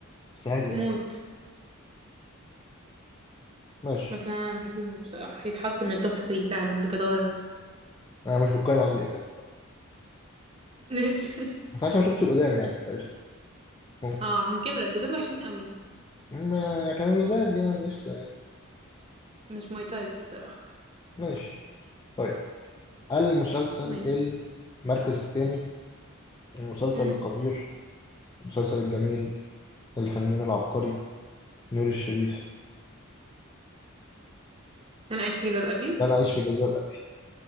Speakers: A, on the left; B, on the right.
A: بس حلو يعني
B: موت
A: ماشي
B: بس انا بحبه موت بصراحه يتحط من التوب 3 فعلا بجداره
A: انا مش في القايمه عندي اساسا
B: ماشي <laughs>
A: بس انا لسه ما شفتش القدام يعني فقشطه ممكن
B: اه عشان كده الجداد وحشين قوي
A: ما يعني كانوا لزاز يعني قشطه يعني
B: مش ماي تايب بصراحه
A: ماشي طيب المسلسل
B: ماشي
A: المركز الثاني المسلسل
B: امم
A: القدير المسلسل الجميل الفنان العبقري نور الشريف
B: انا عايش في جلباب ابي
A: لا انا عايش في جلباب ابي.